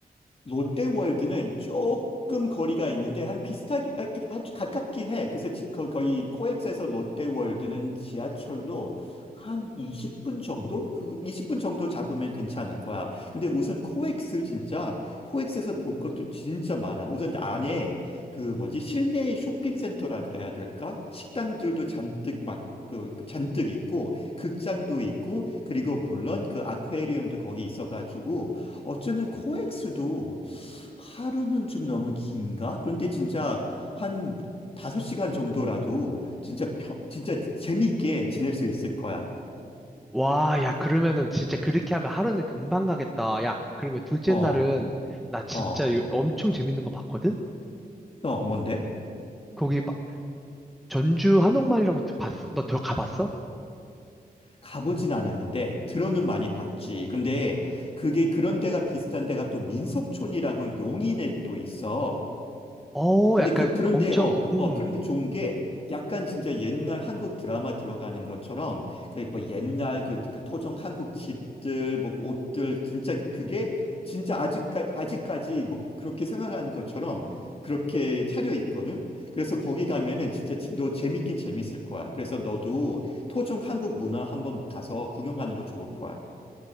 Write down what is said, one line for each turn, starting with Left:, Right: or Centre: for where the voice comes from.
Left: 롯데월드는 조금 거리가 있는데 한 비슷하게 아, 그- 아주 가깝긴 해. 그래서 지- 거, 거의 코엑스에서 롯데월드는 지하철로 한 20분 정도? 그 20분 정도 잡으면 괜찮을 거야. 근데 우선 코엑스 진짜 코엑스에서 볼 것도 진짜 많아. 우선 안에 그 뭐지 실내 쇼핑센터라 그래야 될까? 식당들도 잔뜩 막 그, 그 잔뜩 있고 극장도 있고 그리고 물론 그 아쿠아리움도 거기 있어가지고 어쩌면 코엑스도 하루는 좀 너무 긴가? 그런데 진짜 한 5시간 정도라도 진짜 펴, 진짜 재밌게 지낼 수 있을 거야.
Centre: 와, 야, 그러면은 진짜 그렇게 하면 하루는 금방 가겠다. 야, 그러면 둘째
Left: 어,
Centre: 날은 나 진짜
Left: 어,
Centre: 요- 엄청 재밌는 거 봤거든?
Left: 어, 뭔데?
Centre: 거기 막 전주 한옥마을이라고 봤어? 너 들어가봤어?
Left: 가보진 않았는데 들어는 많이 봤지. 근데 그게 그런 데가 비슷한 데가 또 민속촌이라고 용인에 또 있어.
Centre: 어,
Left: 근데
Centre: 약간
Left: 그, 그런데
Centre: 엄청,
Left: 어,
Centre: 음.
Left: 어, 그런데 좋은 게 약간 진짜 옛날 한국 드라마 들어가는 것처럼 그 뭐 옛날 그, 그 토종 한국 집들 뭐그 옷들 진짜 그게 진짜 아직까지 아직까지 뭐 그렇게 생활하는 것처럼 그렇게 차려 있거든. 그래서 거기 가면은 진짜 지- 너 재밌긴 재밌을 거야. 그래서 너도 토종 한국 문화 한번 가서 구경하는 거 좋을 거야.